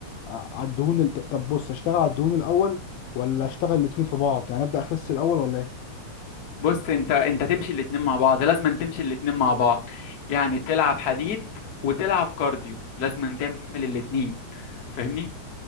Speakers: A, on the left; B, on the left.
A: على الدهون الت- طب بص اشتغل على الدهون الاول ولا اشتغل الاتنين في بعض يعني ابدا اخس الاول ولا ايه
B: بص انت انت تمشي الاتنين مع بعض لازم تمشي الاتنين مع بعض يعني تلعب حديد وتلعب كارديو لازم تعمل الاتنين فاهمني